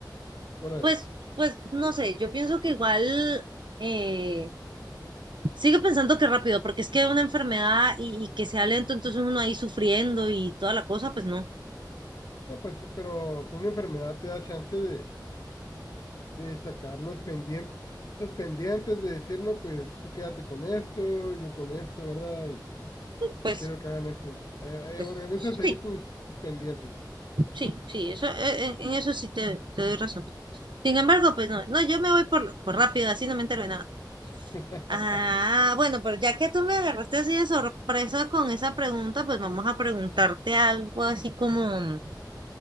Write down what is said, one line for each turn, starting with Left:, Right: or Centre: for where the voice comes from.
Left: ¿Cuál
Right: Pues,
Left: es?
Right: pues, no sé, yo pienso que igual, eh, Sigue pensando que rápido, porque es que una enfermedad y, y que sea lento, entonces uno ahí sufriendo y toda la cosa, pues no,
Left: No, pues, pero con una enfermedad te da chance de, de sacar los pendientes, los pendientes de decir, no, pues tú quédate con esto, yo con esto, ¿verdad? Y
Right: pues,
Left: y quiero que hagan eso. Eh,
Right: pues
Left: eh, organizas
Right: sí,
Left: ahí tus, tus pendientes.
Right: sí, sí, eso, eh, eh, en eso sí te, te doy razón. Sin embargo, pues no, no, yo me voy por, por rápido, así no me entero de nada.
Left: <laughs> ¿Qué
Right: Ah, bueno, pero ya que tú me agarraste así de sorpresa con esa pregunta, pues vamos a preguntarte algo así como,